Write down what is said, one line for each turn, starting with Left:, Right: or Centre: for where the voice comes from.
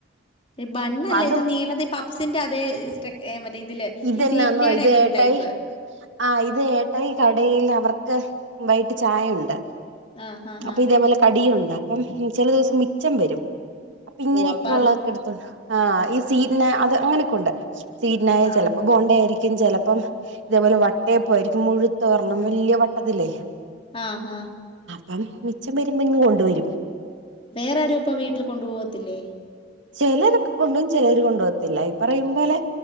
Left: ബണ്ണല്ല
Right: അതും
Left: ഇത് നീളതി പ സിന്റെ അതേ സ്ട്ര ഏ, മറ്റേ ഇതില്
Right: ഇതെന്നാന്നോ
Left: ഈ സീഗ്നയുടെ
Right: ഇത്
Left: ഒക്കെ ഒരു
Right: ഏട്ടായി
Left: ടൈപ്പ്
Right: ആ ഇത് എട്ടായി കടയിൽ അവർക്ക് വൈട്ട് ചായയുണ്ട്
Left: ആ ഹാ ഹാ
Right: അപ്പൊ ഇതേപോലെ കടിയുണ്ട് അപ്പം ചില ദിവസം മിച്ചം വരും അപ്പൊ ഇങ്ങനെയൊക്കെ
Left: ഓ അത്
Right: ഉള്ളവർക്ക് എടുത്തോണ്ട ആ ഈ സീറ്റിന അത് അങ്ങനെയൊക്കെ ഉണ്ട് സീറ്റിനായ
Left: ആ
Right: ചിലപ്പോ ബോണ്ട ആയിരിക്കും ചിലപ്പം ഇതേപോലെ വട്ടയപ്പോയിരിക്കും മുഴുത്ത ഒരണ്ണം വലിയ വട്ടത്തില്ലേ
Left: ആഹ്‌
Right: മ്മ് മിച്ചം വരുമ്പോ ഇണ്ട്കൊണ്ടുവരും
Left: വേറെരും ഇപ്പ വീട്ടിൽ കൊണ്ടുപോവത്തില്ലേ
Right: ചിലരൊക്കെ കൊണ്ടപോവും ചിലര് കൊണ്ടു പോകത്തില്ല ഈ പറയും പോലെ